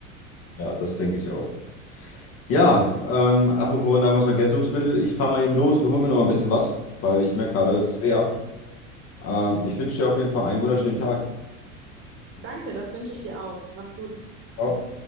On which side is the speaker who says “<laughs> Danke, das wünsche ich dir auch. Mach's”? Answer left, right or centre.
Right